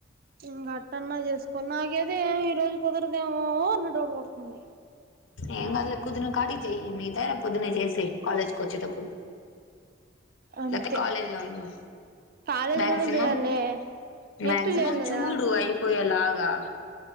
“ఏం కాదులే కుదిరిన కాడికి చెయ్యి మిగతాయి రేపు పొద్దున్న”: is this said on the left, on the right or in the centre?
Left